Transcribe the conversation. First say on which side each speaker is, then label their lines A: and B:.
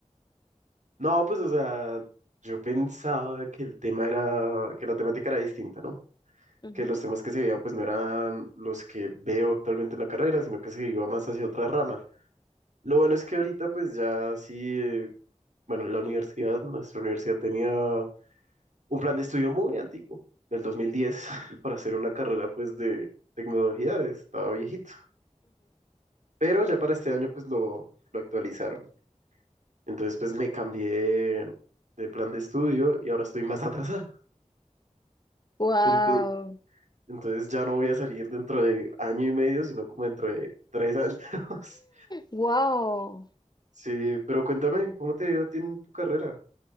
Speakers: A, on the right (about 70°); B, on the left (about 35°).
A: No, pues, o sea, yo pensaba que el tema era, que la temática era distinta, ¿no?
B: Ujú.
A: Que los temas que se veían, pues, no eran los que veo actualmente en la carrera, sino que se iba más hacia otra rama. Lo bueno es que ahorita, pues, ya sí, eh, bueno, la universidad, nuestra universidad tenía un plan de estudio muy antiguo, del 2010 <laughs> para hacer una carrera, pues, de tecnología, estaba viejito. Pero ya para este año, pues, lo, lo actualizaron. Entonces, pues me cambié de, de plan de estudio y ahora estoy más atrasado.
B: Wow.
A: Entonces, entonces ya no voy a salir dentro de año y medio, sino como dentro de tres años. <laughs>
B: Wow.
A: Sí, pero cuéntame, ¿cómo te ha ido a ti en tu carrera?